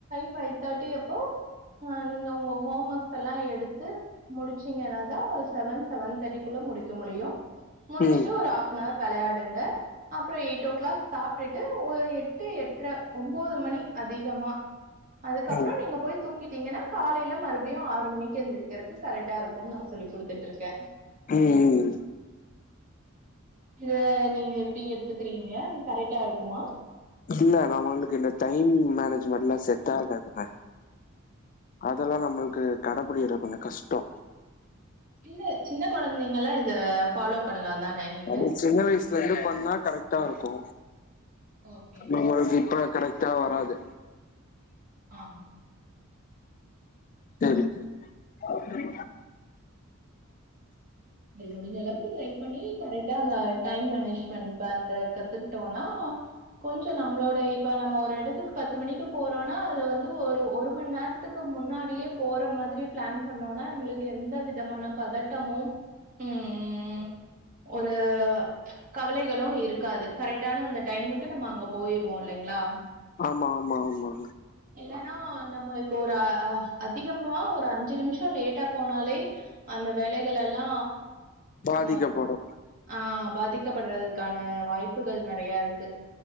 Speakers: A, on the right (about 40°); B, on the left (about 40°).
A: ஃபைவ் தேர்ட்டி அப்போ அ நீங்க உங்க ஹோம் ஒர்க்ஸ் எல்லா எடுத்து முடிச்சீங்கன்னாதா ஒரு செவன் செவன் தேர்ட்டிக்குள்ள முடிக்க முடியு முடிச்சுட்டு
B: ம் ம்
A: ஒரு ஹாஃப் நவர் வெளையாடுங்க அப்புற எயிட் ஓ கிளாக் சாப்பிட்டுட்டு ஒரு எட்டு எட்ர ஒன்பது மணி அதிகமா அதுக்கப்புற
B: ம்
A: நீங்க போய் தூங்கிட்டீங்கன்னா காலையில மறுபடியு ஆறு மணிக்கு எந்திரு க்றகு கரெக்டா இருக்குனு நா சொல்லி குடுத்துட்டு இருக்கே
B: ம்
A: இத நீங்க எப்டி எடுத்துக்கிறீங்க கரெக்டா இருக்குமா
B: இல்ல நம்மளுக்கு இந்த டைம் மேனேஜ்மெண்ட் எல்லா செட் ஆகாதுங்க அதெல்லா நம்மளுக்கு கட புடிக்கிறது கொஞ்சோ கஷ்டோ
A: இல்ல சின்ன கொழந்தைங்கல இத ஃபாலோ பண்ணலா தான நீங்க
B: அது சின்ன வயசுல இருந்து பண்ணா கரெக்டா இருக்கு
A: ஓகே
B: நம்மளுக்கு இப்ப கரெக்ட் டா வராது
A: ம்
B: சரி சரி
A: நீ முடிச்ச அளவுக்கு ட்ரை பண்ணி கரெக்டா அந்த டைம் மேனேஜ்மெண்ட் பண்ற கத்துக்கிட்டோம்னா கொஞ்ச நம்மளோட இப்ப நம்ம ஒரு எடத்துக்கு பத்து மணிக்கு போறோனா அது வந்து ஒரு ஒரு மணி நேரோ எடத்துக்கு முன்னாடியே போற மாரி பிளான் பண்ணோனா நம்மளுக்கு எந்த விதமான பதட்டமு ம் ஒரு கவலைகளு இருக்காது கரெக்டான அந்த டைமுக்கு நம்ம அங்க போயிருவோ இல்லங்களா
B: ஆமா ஆமா ஆமா
A: இல்லனா நம்மளுக்கு ஒரு அ அ அதிக ஒரு அஞ்சு நிமிஷ லேட்டா போனாலே அந்த வேலைகள் எல்லா
B: பாதிக்கப்படு
A: அ ஆ பாதிக்கப்படுறதுக்கான வாய்ப்புகள் நெறைய இருக்கு